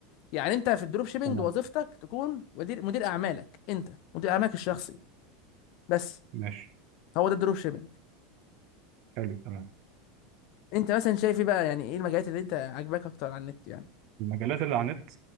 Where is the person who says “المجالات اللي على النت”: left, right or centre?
Right